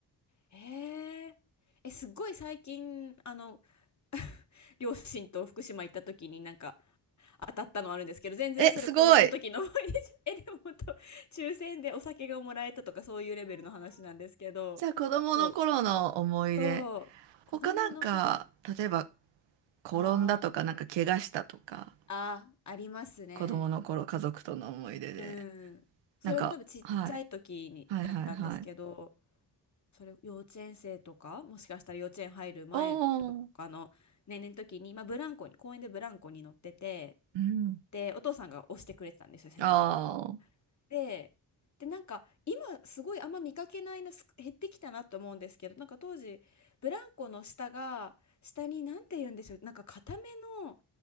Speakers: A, on the left; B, on the right.
A: へえ。え、すっごい最近、あの、<laughs> 両親と福島行った時になんか当たったのあるんですけど、全然それ子供の時の思い出じゃ、
B: え、すごい。
A: <laughs> え、でも本当、抽選でお酒がもらえたとかそういうレベルの話なんですけど、
B: じゃあ子供の頃の思い出。
A: そう、そう、子供の頃、
B: 他なんか、例えば転んだとか、
A: あ
B: なんか怪我したとか、
A: あ、ああ、ありますね。
B: 子供の頃家族との思い出で。
A: うん。それも多分ちっちゃい時にだったんですけど、
B: なんか、はい。はいはいはい。
A: それ幼稚園生とかもしかしたら幼稚園入る前とかの年齢の時に、
B: おー。
A: まあ、ブランコに公園でブランコに乗ってて
B: うん。
A: でお父さんが押してくれてたんですよ背中をこう。
B: ああ。
A: で、でなんか今すごいあんま見かけないなす減ってきたなと思うんですけどなんか当時ブランコの下が下になんて言うんでしょうなんか固めの